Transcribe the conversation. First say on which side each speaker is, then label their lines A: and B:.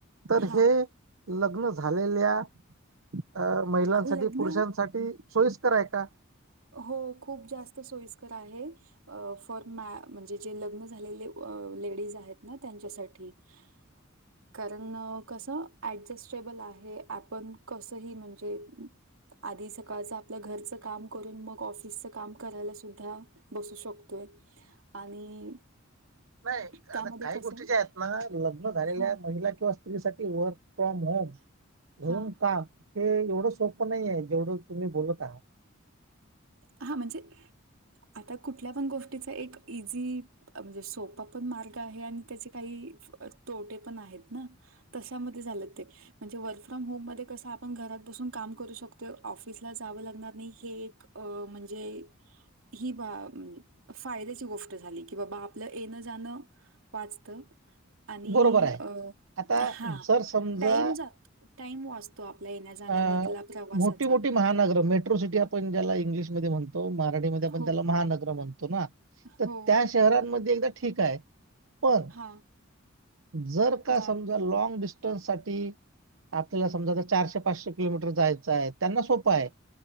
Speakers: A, on the right (about 70°); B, on the right (about 85°).
A: तर
B: हा
A: हे लग्न झालेल्या अ महिलांसाठी
B: लग्न
A: पुरुषांसाठी सोईस्कर आहे का?
B: हो खूप जास्त सोयीस्कर आहे. अ फर मॅ म्हणजे जे लग्न झालेले लेडीज आहेत. ना त्यांच्यासाठी <unintelligible> कारण कसं ऍडजस्टेबल आहे. आपण कसंही म्हणजे आधी सकाळचं आपलं घरचं काम करून मग ऑफिसच काम करायला. सुद्धा बसू शकतोय आणि
A: नाही
B: त्यामध्ये
A: आता काही
B: कसं
A: गोष्टी ज्या आहेत. ना लग्न झालेल्या
B: हां,
A: महिला किंवा स्त्री साठी वर्क फ्रॉम होम घरून
B: हां,
A: काम हे एवढं सोपं नाही आहे. जेवढं तुम्ही बोलत आहात.
B: हा म्हणजे आता कुठल्या पण गोष्टीचा एक इझी म्हणजे सोपा पण मार्ग आहे. आणि त्याचे काही तोटे पण आहेत ना? तशामध्ये झालं ते म्हणजे वर्क फ्रॉम होम मध्ये कस आपण घरात बसून काम करू शकतो. ऑफिसला जावं लागणार नाही. हे एक अ म्हणजे ही बा म्हणजे फायद्याची गोष्ट झाली. की बाबा आपलं येणं जाणं वाचत आणि
A: बरोबर आहे
B: अ
A: आता
B: हा
A: जर समजा
B: टाईम जात. टाईम वाच तो आपल्या येण्या जाण्यामधला
A: अ
B: प्रवासाचा.
A: मोठी मोठी महानगर मेट्रो सिटी आप पण ज्याला इंग्लिशमध्ये म्हणतो. मराठीमध्ये आपण
B: हो,
A: त्याला महानगर म्हणतो. ना तर
B: हो.
A: त्या शहरांमध्ये एकदा ठिक आहे. पण
B: हां,
A: जर
B: गावी
A: लॉग डिस्टनसाठी आपल्या समजा चारशे पाचशे किलोमीटर जायचं आहे. त्यांना सोपं आहे